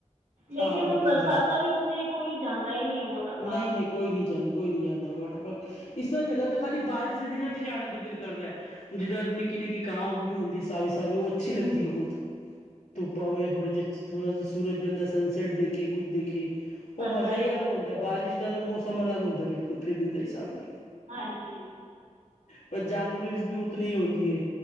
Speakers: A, on the right; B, on the left.
A: ਲੇਕਿਨ
B: ਹਾਂ ਵੇਟ
A: ਹੁਣ
B: ਐਂਜੋਏ
A: ਬਰਸਾਤਾਂ ਵਿਚ ਤੇ ਕੋਈ ਜਾਦਾ ਹੀ ਨਹੀ ਹੈ। ਵੋਟਰ
B: ਨਹੀਂ
A: ਪਾਰਕ-
B: ਨਹੀਂ ਕੋਈ ਨਹੀ ਜਾਂਦਾਕੋਈ ਨਹੀ ਜਾਂਦਾ ਵਾਟਰ ਪਾਰਕ ਇਸ ਤਾਂਰਾ ਖਾਲੀ ਬਾਰਿਸ਼ ਦੇ ਦਿਨਾਂ 'ਚ ਜਾਣ ਦਾ ਦਿਲ ਕਰਦਾ- ਜਿਦਰ ਨਿਕੀ- ਨਿਕੀ ਘਾਹ ਉਗ ਵੀ ਹੁੰਦੀ ਸਾਵੀ- ਸਾਵੀ ਉਹ ਅਛੀ
A: ਹੂੰ
B: ਲਗਦੀ- ਤੁਪਾ ਹੋਏ ਥੋੜੀ ਜਿਥ ਥੋੜਾ ਸੂਰਜ ਬੰਦਾ ਸਨਸੇਟ ਦੇਖੇ ਕੁਛ ਦੇਖੇ-
A: ਸਨਰਾਈਜ਼
B: ਉਹ ਮਜਾ ਹੀ ਅਲਗ
A: ਸਨਸੈਟ
B: ਹੁੰਦਾ ਹੈ। ਬਾਰਿਸ਼ ਦਾ ਤਾਂ ਮੌਸਮ ਅਲਗ ਹੁੰਦਾ ਬਿਲਕੁਲ ਫਿਰਨ ਦੇ ਹਿਸਾਬ ਨਾਲ-
A: ਹਾਂਜੀ।
B: ਪਰ ਜਾਨਵਰ ਵੀ ਉਤਨੀ ਹੁੰਦੀ